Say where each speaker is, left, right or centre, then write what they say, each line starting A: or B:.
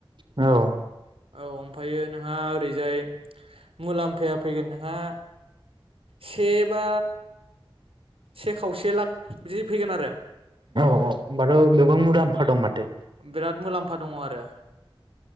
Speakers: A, on the right; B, on the right.
A: औ
B: औ ओमफ्रायो नोंहा ओरैजाय मुलाम्फाया फैगोन नोंहा से बा से खावसे लाख बिदि फैगोन आरो
A: होमबाथ' गोबां मुलामाफा दं माथो
B: बिराथ मुलाम्फा दङ आरो